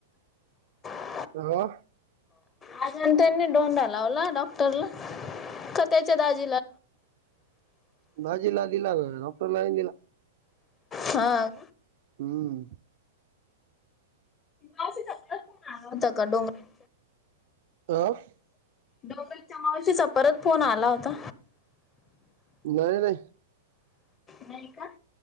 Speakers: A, on the left; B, on the right.
A: <unintelligible>
B: हा
A: आ त्यांनी धोंडा लावला डॉक्टरला का त्याच्या दाजीला.
B: बाजीला हि दिला, डॉक्टर ला दिला
A: हा.
B: हं!
A: जाता का डोंगरावर
B: आह्
A: डोगाच्या मावशीचा परत फोन आला होता.
B: नाहीय नाही.
A: नाही का?